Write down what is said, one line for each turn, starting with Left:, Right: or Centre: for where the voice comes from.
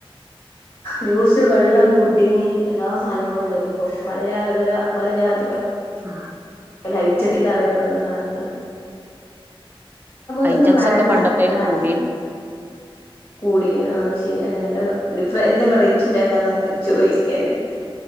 Left: ജ്യൂസ്, വെള്ളം, പുഡിങ്ങ് എല്ലാ സാധനങ്ങളും ഇണ്ടല്ലോ ഇപ്പം പലജാ പല പല പല ജാതി
Right: ആഹ്
Left: പല ഐറ്റ <unintelligible> അറിയപ്പെടെണ്ട സാധനങ്ങളാ ത്തൊന്നും
Right: ഐറ്റംസ്
Left: വേണ്ടാ
Right: ഒക്കെ പണ്ടത്തേലും
Left: രാത്രി
Right: കൂടീണ്
Left: കൂടി ആഹ് ശരിയാണ് നല്ല വെ ഡിഫ എന്താ വെറൈറ്റി ഇണ്ടാക്കാനാത്ത് ചോയിക്കന്നെ